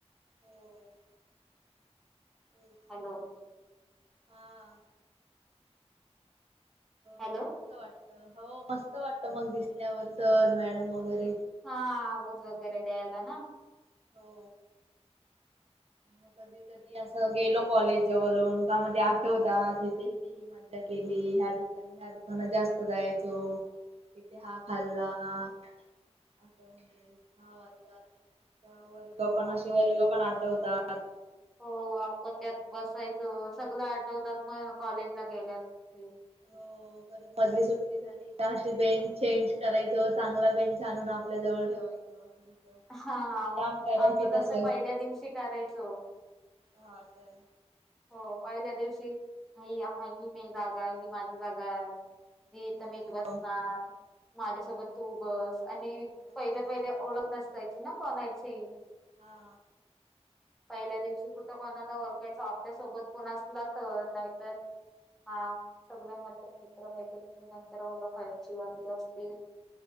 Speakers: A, on the right; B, in the centre.
A: हो तेच
B: हॅलो.
A: हा.
B: हॅलो
A: ब मस्त वाटत. हो मस्त वाटत मग दिसल्यावर सर-मॅडम वगैरे.
B: हा आवाज वगैरे द्यायला ना.
A: हो. मग कधी-कधी असं गेलो कॉलेजजवळून. का मग ते आठवतात ईथे-इथे ही मज्जा केली. ह्या ठिकाणी. ह्या दुकानात जास्त जायचो. तिथे हा खाल्ला. हा वर्गात-वर्ग
B: हा
A: पण असे वर्ग पण आठवतात.
B: हो आपण त्यात बसायचं. सगल आठवतात मग कॉलेज ला गेल्या असतील.
A: हो. परत मधली सुट्टी झाली का अशी बेंच चेंज करायचो. चांगला बेंच आणून आपल्या जवळ ठेवायचो. विषय
B: हा
A: आम्ही जाम करायचो
B: आम्ही तस
A: तसं.
B: पहिल्या दिवशी करायचो.
A: हा काय?
B: हो पहिल्या दिवशी. ही हा ही मी जागा आहे, ही माझी जागाय. मी इथं
A: हो
B: मीच बसणार. माझ्यासोबत तू बस आणि
A: हो
B: पहिले पहिले ओळख नसायची ना कोणाची.
A: हा.
B: पहिल्या दिवशी कुठं कोणाला ओळखायचो. आपल्यासोबत कोण असला तर, नाहीतर हा. सगळ्यां मित्र मित्र मैत्रिणी नंतर ओलंख व्हायची <unintelligible> जास्ती.